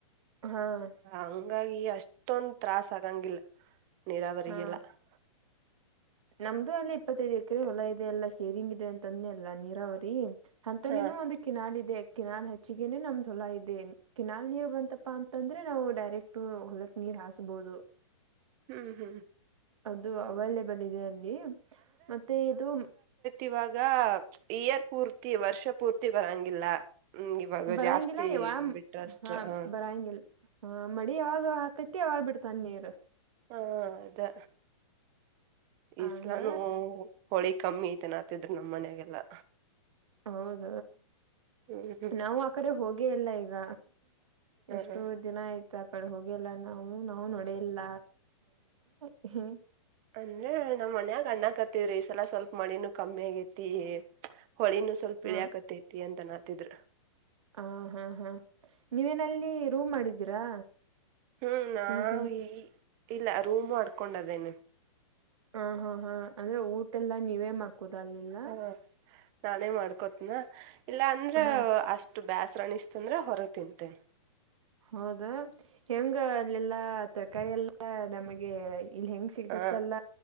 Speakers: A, on the right; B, on the right.
A: ಹಾ. <unintelligible>
B: ಹಂಗಾಗಿ ಅಷ್ಟೊಂದ ತ್ರಾಸ್ ಆಗಂಗಿಲ್ಲ ನೀರಾವರಿಗೆ
A: ಹಾ
B: ಎಲ್ಲಾ. <unintelligible>
A: ನಮ್ದು ಅಲ್ಲಿ ಇಪ್ಪತ್ತೈದ ಎಕರೆ ಹೊಲ ಇದೆ ಅಲ್ಲ ಶೇರಿಂಗ್ ಇದೆ ಅಂತಂದೆ ಅಲ್ಲಾ ನೀರಾವರಿ. <unintelligible> ಅಂತಲ್ಲಿನು
B: ಹ
A: ಒಂದ ಇ <unintelligible> ಕಿನಾಲ್ ಇದೆ ಕಿನಾಲ್ ಹಚ್ಚಿದಿನೆ ನಮ್ಮದ ಹೊಲ ಇದೆ ಕಿನಾಲ್ ನೀರ್ ಬಂತಪ್ಪಾ ಅಂತಂದ್ರೆ ನಾವು ಡೈರೆಕ್ಟ್ ಇತ್ತು ಹೊಲಕ್ಕ ನೀರ್ ಹಾಸಬಹುದು. <unintelligible>
B: ಹ್ಮ್
A: ಅದು ಅವೈಲೇಬಲ್ ಇದೆ ಅಲ್ಲಿ ಮತ್ತೆ ಇದು.
B: ಈವಾಗ ಇಯರ್ ಪೂರ್ತಿ ವರ್ಷ ಪೂರ್ತಿ ಬರಂಗಿಲ್ಲ. ಹ್ಮ್ ಇವಾಗ
A: ಬರಂಗಿಲ್ಲ
B: ಜಾಸ್ತಿ
A: ಯಾವ
B: ಬಿಟ್ರಷ್ಟ
A: ಹಾ
B: ಹ
A: ಬರಂಗಿಲ್ಲ ಹಾ ಮಡಿ ಯಾವಾಗಹಾಕತಿ ಆಗ ಬಿಡ್ತಾನ ನೀರು.
B: ಹಾ ಅದೇ
A: ಹಂಗ
B: ಇಸ್ಲಾನು. ಹೋಳಿ ಕಮ್ಮಿ ಐತೆ ನತಿದ್ರು ನಮ್ಮ್ ಮನಯಾಗೆಲ್ಲಾ.
A: ಹೌದ
B: ಹ್ಮ್ ಹ್ಮ್
A: ನಾವು ಆ ಕಡೆ ಹೋಗೇಯಿಲ್ಲ ಈಗ ಎಷ್ಟೋ
B: ಹಾ
A: ದಿನ ಆಯ್ತು. ಆ ಕಡೆ ಹೋಗಿಲ್ಲ ನಾವು ನಾವು ನೋಡೆಯಿಲ್ಲ <unintelligible>
B: ಅಂದ್ರ ನಮ್ ಮನ್ಯಾಗ ಅನ್ನಕತ್ತವ್ರಿ ಈ ಸಲ ಸ್ವಲ್ಪ ಮಳಿನೂ ಕಮ್ಮಿ ಆಗೇತಿ <unintelligible> ಸ್ವಲ್ಪ
A: ಹ
B: ಇಳಿ ಆಕತೈತಿ ಅಂತನಾ ಹನ್ನಾತಿದ್ರು.
A: ಹ ಹಾ ಹಾ ನೀವೇನಲ್ಲಿ ರೂಮ್ ಮಾಡಿದ್ದೀರಾ
B: ಹ್ಮ್ ನಾ
A: ಪಿಜಿನ
B: ಈ ಇಲ್ಲ ರೂಮ್ ಆಡ್ಕೊಂಡದೇನೆ.
A: ಹ ಹಾ ಹಾ ಅಂದ್ರೆ ಊಟೆಲ್ಲಾ ನೀವೇ ಮಾಡಕ್ತ. <unintelligible>
B: ಹಾ ನಾನೇ ಮಾಡ್ಕೊತಿನ ಇಲ್ಲ ಅಂದ್ರ
A: ಹ
B: ಅಷ್ಟ. ಅಷ್ಟು ಬ್ಯಾಸರ ಅನಿಸಿದ್ರ ಅಂದ್ರೆ ಹೊರಗೆ ತಿಂತೇನೆ.
A: ಹೌದಾ ಹೆಂಗ ಅಲ್ಲಿ ಎಲ್ಲಾ ತರಕಾರಾರಿ ಎಲ್ಲಾ ನಮಗೆ. ಇಲ್ ಹೆಂಗ ಸಿಗತ್ತಲ್ಲ
B: ಆ